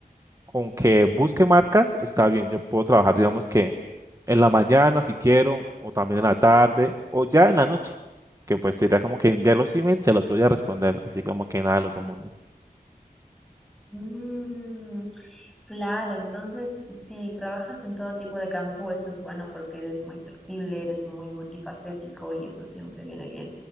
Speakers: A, on the right; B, in the centre.
A: con que busque marcas está bien. Yo puedo trabajar, digamos que en la mañana si quiero, o también en la tarde, o ya en la noche. Que pues sería como que enviar los emails y al otro día responder. Así como que nada del otro mundo.
B: <laughs> Claro, entonces si trabajas en todo tipo de campo, eso es bueno porque eres muy flexible, eres muy multifacético y eso siempre viene bien.